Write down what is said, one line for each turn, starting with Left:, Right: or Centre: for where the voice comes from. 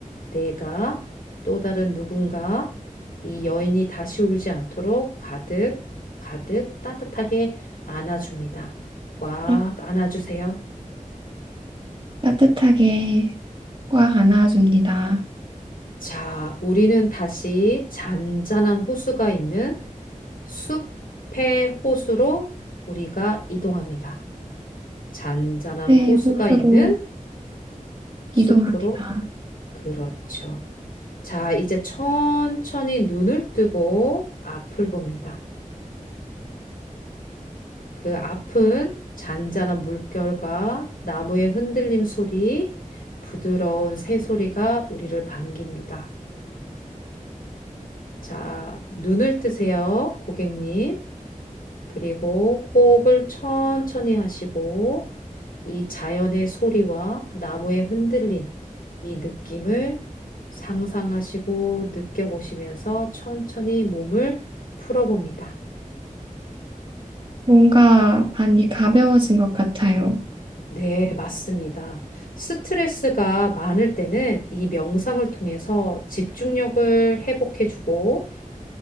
Left: 내가, 또 다른 누군가, 이 여인이 다시 울지 않도록 가득, 가득 따뜻하게 안아줍니다. 꽉
Right: 따,
Left: 안아주세요.
Right: 따뜻하게 꽉 안아줍니다.
Left: 자, 우리는 다시 잔잔한 호수가 있는 숲의 호수로 우리가 이동합니다. 잔잔한
Right: 새
Left: 호수가
Right: 호수로
Left: 있는
Right: 이동합니다.
Left: 숲으로. 그렇죠. 자, 이제 천천히 눈을 뜨고 앞을 봅니다. 그 앞은 잔잔한 물결과 나무의 흔들림 소리, 부드러운 새소리가 우리를 반깁니다. 자, 눈을 뜨세요, 고객님. 그리고 호흡을 천천히 하시고, 이 자연의 소리와 나무의 흔들림, 이 느낌을 상상하시고 느껴보시면서 천천히 몸을 풀어봅니다.
Right: 뭔가 많이 가벼워진 것 같아요.
Left: 네, 맞습니다. 스트레스가 많을 때는 이 명상을 통해서 집중력을 회복해주고